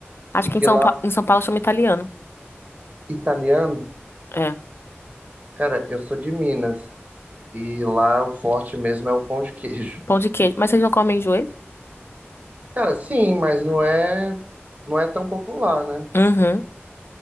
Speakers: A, on the left; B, on the right.
A: Acho
B: e que
A: que em São,
B: lá,
A: Pa- em São Paulo chama italiano.
B: italiano,
A: É.
B: cara, eu sou de Minas, e lá o forte mesmo é o pão de queijo.
A: Pão de queijo. Mas vocês não comem joelho?
B: Cara, sim, mas não é, não é tão popular, né?
A: Uhum.